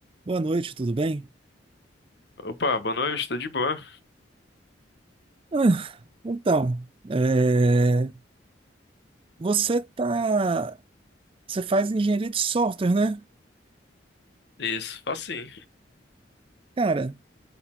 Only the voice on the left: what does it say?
Opa, boa noite, tudo de boa?
Isso, faço sim.